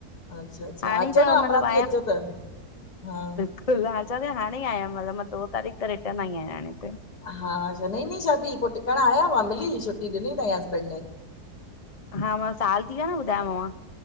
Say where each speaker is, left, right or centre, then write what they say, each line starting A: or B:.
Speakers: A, on the left; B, on the left.
A: अच्छा-अच्छा
B: हाणे
A: अचो
B: त
A: न
B: मतिलबु
A: अमरावती अचो त। हा
B: खु़द हा चवांती न हाणे ई आयां हू, मां दो तारीख़ त रिटर्न आई आयां हाणे त।
A: हा, अच्छा नईं नई शादी पो टिकण आया हुयव, मिली हुई छुटी ॾिनी तईं हसबैंड ने।
B: हा, मां साल थी वियो आ‌ न ॿुधायोमांव।